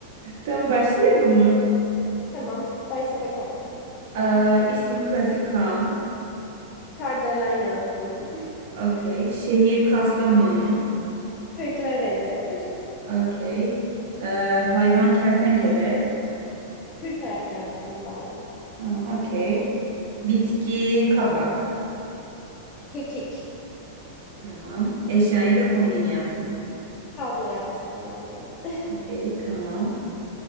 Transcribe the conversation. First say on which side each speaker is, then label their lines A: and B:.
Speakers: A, on the right (about 60°); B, on the left (about 30°).
A: Tamam başlayalım mı?
B: Tamam, başla bakalım.
A: Ee, isim klasik Kaan.
B: Kardelen yazdım.
A: Okey. Şehir Kastamonu.
B: <laughs> Kırklareli.
A: Okey. Ee, hayvan kertenkele.
B: <laughs> Kırk ayak yazdım ben.
A: Ha, okey. Bitki kabak.
B: Kekik.
A: Tamam. Eşyayı da komodin yazdım.
B: Kablo yazdım ben de. <laughs>
A: Okey, tamam.